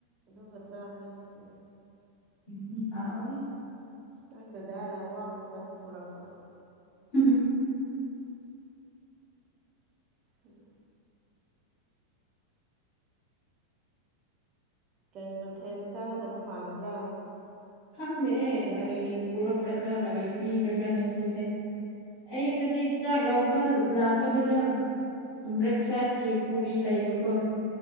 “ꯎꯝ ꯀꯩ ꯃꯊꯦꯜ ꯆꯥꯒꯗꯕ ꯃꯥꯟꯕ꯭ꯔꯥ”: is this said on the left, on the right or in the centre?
Right